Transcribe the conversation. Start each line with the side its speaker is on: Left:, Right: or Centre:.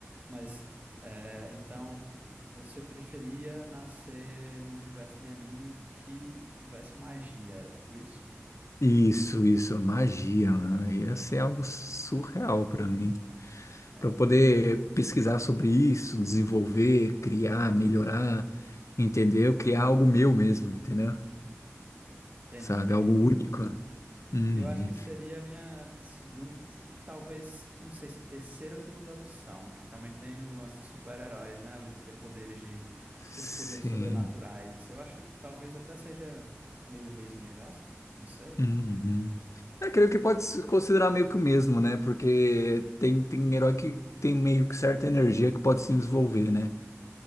Right: Mas, é, então, você preferia nascer num universo de anime que tivesse magia, é tipo isso?
Left: Isso, isso. Magia, mano. Ia ser algo surreal pra mim.
Right: É.
Left: Pra eu poder pesquisar sobre isso, desenvolver, criar, melhorar, entendeu? Criar algo meu mesmo, entendeu?
Right: Entendi,
Left: sabe?
Right: entendi.
Left: Algo único. Uhum.
Right: Eu acho que seria a minha segunda, talvez, não sei se terceira ou segunda opção, que também tem o lance dos super-heróis, né? ali De ter poderes de,
Left: Sim.
Right: esses poderes sobrenaturais. Eu acho que talvez até seja meio o mesmo universo, não sei.
Left: Uhum. Eu creio que pode se considerar meio que o mesmo, né? Porque tem, tem herói que tem meio que certa energia que pode se desenvolver, né?